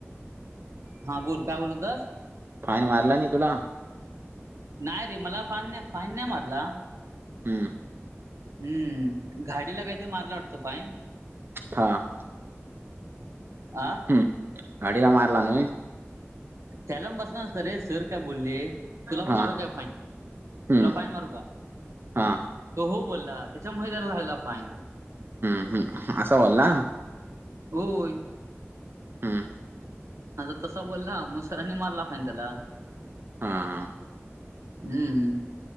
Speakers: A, on the right; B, on the right.
A: हा बोल, काय बोलत होतास?
B: फाईन मारला नाई तुला.
A: नाही रे, मला फाईन नय, फाइन नाय मारला.
B: हम्म.
A: हम्म, गाडीला काय ते मारला वाटत फाईन.
B: था
A: <inaudible> आं.
B: ह्म. गाडीला मारला नॉय.
A: त्याला <unintelligible> असता रे, सर काय बोलले, तुला पण
B: हा
A: मारुका फाईन?
B: हम्म
A: तुला फाईन मारू का?
B: हा
A: तो हो बोलला, त्याच्यामुळे त्याला झलेला फाईन.
B: हम्म, असा बोल्ला.
A: होय.
B: हम्म
A: हा जर तसा बोलला, मग सरांनी मारला फाईन त्याला.
B: हा, हा
A: हम्म